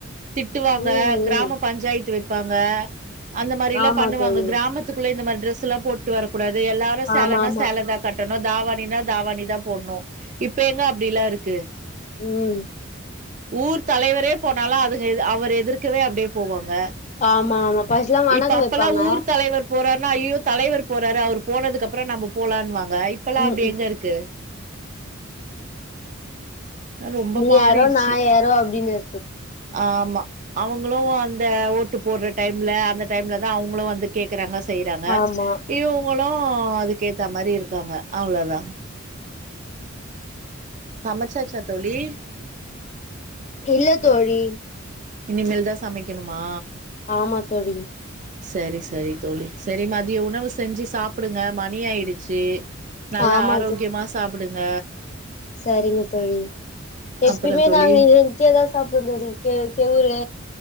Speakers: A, on the right; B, on the left.
A: திட்டுவாங்க
B: ம்
A: கிராம
B: ம்
A: பஞ்சாயத்து வைப்பாங்க. அந்த மாரில்லா
B: ஆமா
A: பண்ணுவாங்க
B: தோழி
A: கிராமத்துக்குள்ள இந்த மாரி டிரெஸ்ல்லா போட் டு வரக் கூடாது எல்லாரு சேலனா
B: ஆமா ஆமா
A: சேலதா கட்டண் தாவாணினா தாவாணிதா போடுணு இப்ப எங்க அப்டிலா இருக்கு
B: ம்
A: ஊர் தலைவரே போனாலு அதுங்க எது அவர் எதிர்க்கவே அப்டியே போவாங்க
B: ஆமா ஆமா ஃபர்ஸ்ட்லா வணக்க
A: இப்ப அப்பல்லா
B: வெப்பாங்க
A: ஊர் தலைவர் போறாரு ன்னா ஐயோ தலைவர் போறாரு அவர் போனதுக்கு அப்புறோ நம்ப போலான் வாங் க இப்பல்லா
B: ம்
A: அப்டி
B: ம்
A: எங்க இருக்கு ரொம்ப
B: நீ
A: மாறிடுச்சு
B: யாரோ நா யாரோ அப்டின் இருக் <inaudible>
A: ஆமா அவுங்குளு அந்த ஓட்டு போற டைம்ல அந்த டைம்லதா அவுங்குளு வந்து கேக்கறாங்க செய்றாங்க
B: ஆமா
A: இவுங்குளு அதுக்கேத்த மாரி இருக்காங்க அவ்ளதா சமச்சாச்சா தோழி
B: இல்ல தோழி
A: இனிமேல்தா சமைக்கணுமா
B: ஆமா தோழி
A: சேரி சேரி தோழி சேரி மதிய உணவு செஞ்சு சாப்புடுங்க மணி ஆயிடுச்சு நல்லா
B: ஆமா
A: ஆரோக்யமா சாப்புடுங்க
B: செரிங்க தோழி எப்பயுமே
A: அப்புறம் தோழி
B: நாங்க எங்கேதா சாப்புடுவோ கெவுரு